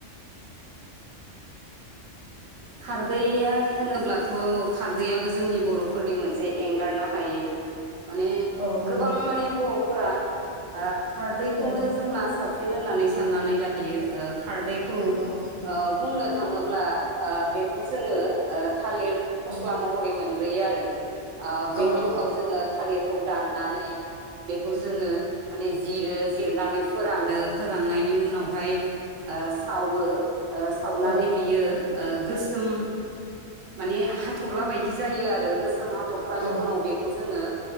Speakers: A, on the right; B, on the right.
A: खारदैआ होनोब्लाथ' खारदैयाबो जोंनि बर'फोरनि मोनसे एंगारनो हायै माने
B: औ नंगौ
A: गोबां माने बर'फोरा ओ खारदैखौनो
B: औ
A: जोंना साबसिन होननानै साननानै लायो ओ। खारदैखौ
B: औ
A: ओ
B: नंगौ
A: बुंनो थांङोब्ला आ बेखौ जोंङो ओ थालिर फस्ला
B: औ
A: महरै मोन ग्रोयो आरो। आ बेनि
B: औ औ
A: उनाव जोंङो थालिर खौ दाननानै बेखौ जोंङो माने जिरो जिरनानै फोरानो फोराननायनि उनावहाय ओ सावो। ओ सावनानै
B: औ
A: बियो ओ गोसोम माने हाथफ्ला बायदि जायो आरो गोसोम हाथ थफ्लानि
B: औ
A: उनाव बेखौ जोंङो